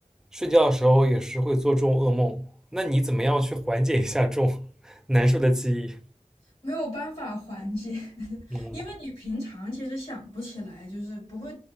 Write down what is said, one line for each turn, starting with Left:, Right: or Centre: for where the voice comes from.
Centre: 睡觉的时候也是会做这种噩梦。那你怎么样去缓解一下这种 <laughs> 难受的记忆？
Left: 没有办法缓解，<laughs>
Centre: 嗯
Left: 因为你平常其实想不起来，就是不会